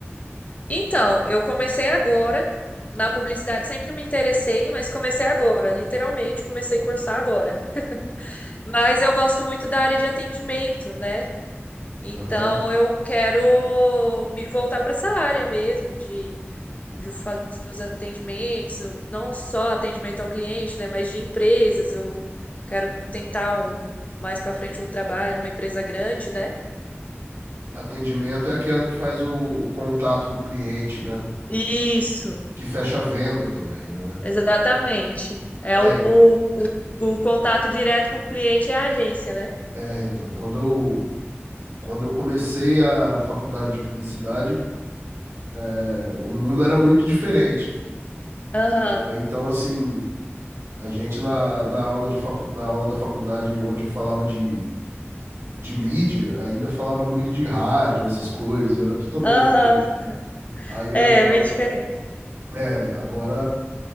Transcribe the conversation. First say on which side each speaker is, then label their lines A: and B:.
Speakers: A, on the left; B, on the right.
A: então, eu comecei agora na publicidade, sempre me interessei, mas comecei agora, literalmente, comecei a cursar agora.
B: Uhum.
A: Mas eu gosto muito da área de atendimento, né? Então,
B: Aham.
A: eu quero me voltar para essa área mesmo de de fazer os atendimentos, não só atendimento ao cliente, né, mas de empresas. Eu quero tentar um mais para frente um trabalho, uma empresa grande, né?
B: Atendimento é aquela que faz o, o contato com o cliente, né?
A: Isso,
B: Que fecha a venda também, não é?
A: exatamente. É
B: É,
A: o,
B: en-
A: o, o contato direto com o cliente é a agência, né?
B: é, então, quando eu, quando eu comecei a faculdade de publicidade, é, o mundo era muito diferente.
A: Aham,
B: É, então, assim, a gente na, na aula de facu, na aula da faculdade, onde falava de de mídia ainda falava muito de rádio, essas coisas, era totalmente
A: aham.
B: diferente. Aí
A: É,
B: agora,
A: é bem diferente.
B: é, agora